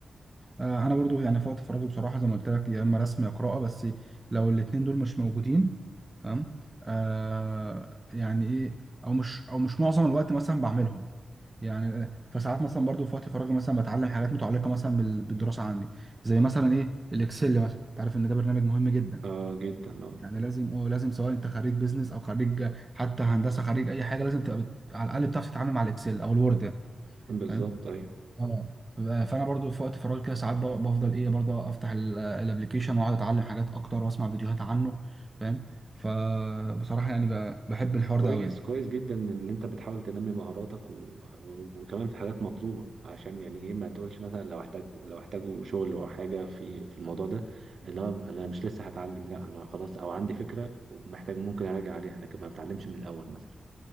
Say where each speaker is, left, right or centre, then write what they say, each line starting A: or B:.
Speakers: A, on the right; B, on the right.
A: آه انا برضو يعني في وقت فراغي بصراحة زي ما قلت لك يا اما رسم يا قراءة بس لو الاتنين دول مش موجودين تمام آه يعني ايه او مش او مش معظم الوقت مثلا بعملهم يعني آه، فساعات مثلا برضو في وقت فراغي مثلا بتعلم حاجات متعلقة مثلا بال- بالدراسة عندي زي مثلا ايه الاكسل مثلا انت عارف ان ده برنامج مهم جدا
B: آه جدا آه
A: يعني لازم اه لازم سواء انت خريج بيزنس او خريج حتى هندسه خريج اي حاجه لازم تبقى بت... على الاقل بتعرف تتعامل مع الاكسل او الوورد يعني
B: بالظبط
A: فاهم
B: أيوه
A: اه بقى- فانا برضو في وقت فراغي كده ساعات ب- بفضل ايه برضو افتح الابلكيشن واقعد اتعلم حاجات اكتر واسمع فيديوهات عنه فاهم فبصراحه يعني ب... بحب الحوار
B: كويس
A: ده قوي يعني
B: كويس جدا ان انت بتحاول تنمي مهاراتك و... و... وكمان في حاجات مطلوبه عشان يعني ايه ما تقولش مثلا لو احتاج لو احتاجوا شغل او حاجه في في الموضوع ده اللي هو انا مش لسه هتعلم لا انا خلاص او عندي فكره ومحتاج ممكن اراجع عليها لكن ما بتعلمش من الاول مثلا